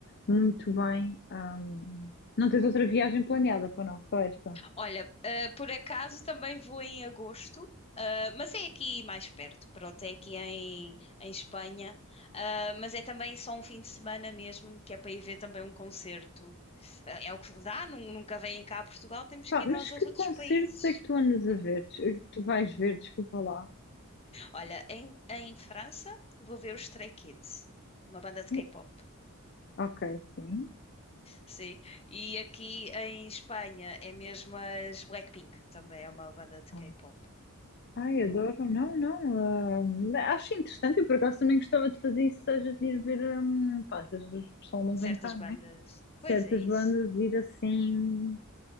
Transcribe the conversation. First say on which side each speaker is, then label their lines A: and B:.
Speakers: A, on the left (about 50°); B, on the left (about 30°).
A: muito bem. um. não tens outra viagem planeada para não, só esta.
B: Olha, ah, por acaso também vou em agosto, ah, mas é aqui mais perto, pronto, é aqui em, em Espanha, Ah, mas é também só um fim de semana mesmo, que é para ir ver também um concerto. Ah, É o que dá, nun- nunca vêm cá a Portugal, temos
A: Pá,
B: que ir nós
A: mas que
B: aos outros
A: concertos
B: países.
A: é que tu andas a ver? Des- eh, Que tu vais ver, desculpa lá.
B: Olha, em, em França vou ver os Stray Kids, uma banda de
A: Eh,
B: K-pop,
A: Ok, sim.
B: sim. E aqui em Espanha é mesmo as Blackpink, também é uma banda de
A: Ah,
B: K-pop.
A: Ai, adoro. Não, não. hum, acho interessante. Eu, por acaso, também gostava de fazer isso, seja de ir ver. hum, pá, às vezes o pessoal não
B: Certas
A: vem cá,
B: bandas.
A: não é? Certas
B: Pois é isso.
A: bandas, ir assim.